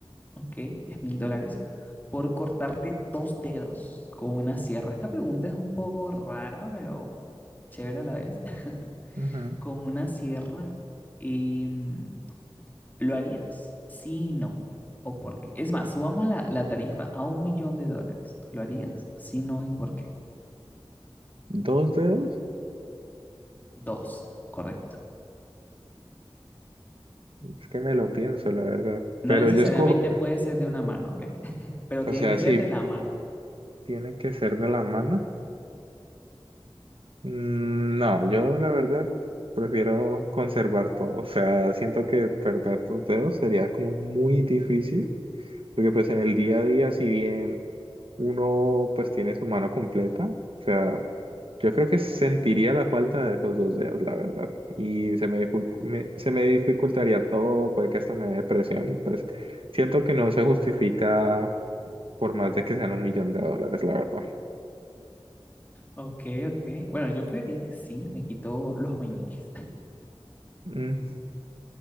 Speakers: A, on the left; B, on the right.
A: ok, diez mil dólares, por cortarte dos dedos con una sierra. Esta pregunta es un poco rara, pero chévere a la vez. <laughs>
B: Ajá.
A: Con una sierra, y, mm, ¿lo harías? Sí, y no. ¿O por qué? Es más, subamos la, la tarifa a un millón de dólares. ¿Lo harías? Sí, no, ¿y por qué?
B: ¿Dos dedos?
A: Dos, correcto.
B: Es que me lo pienso, la verdad.
A: No
B: Pero
A: necesariamente
B: yo escojo,
A: puede ser de una mano, ¿ok? <laughs> Pero
B: o
A: tiene
B: sea,
A: que
B: sí,
A: ser de la mano.
B: tiene que ser de la mano. Mm, No, yo la verdad prefiero conservar todo. O sea, siento que perder tus dedos sería como muy difícil, porque pues en el día a día, si bien uno pues tiene su mano completa, o sea, yo creo que sentiría la falta de esos dos dedos, la verdad. Y se me, dificu- me- se me dificultaría todo, puede que hasta me dé depresión y pues siento que no se justifica por más de que sean un millón de dólares, la verdad.
A: Ok, ok. Bueno, yo creería que sí, me quitó los meñiques.
B: Mm,